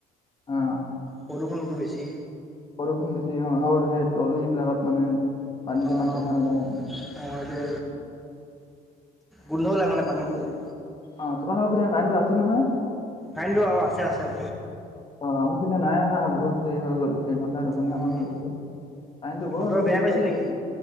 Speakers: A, on the left; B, in the centre.
A: অ
B: প্ৰদূষণটো বেছি
A: বৰষুণ বেছি স সেই তলবিলাকত মানে পানীটো
B: অ',
A: ইমান চাফা
B: অ',
A: নকৰে
B: এইটো গোন্ধ ওলায় মানে পানীবোৰ যে
A: অ তোমালোকৰ পিনে কাৰেণ্টটো আছে নহয়
B: কাৰেণ্টটো আৰু আছে আছে
A: অ আমু পিনে নাই হা বহুত দেৰি হৈ গ'ল এঘণ্টা দুঘণ্টামান
B: অ'।
A: হৈ গৈছে কাৰেণ্টটো বৰ
B: বতৰ বেয়া
A: ডিষ্টাৰ্ব
B: কৰিছে
A: দিয়ে
B: নেকি?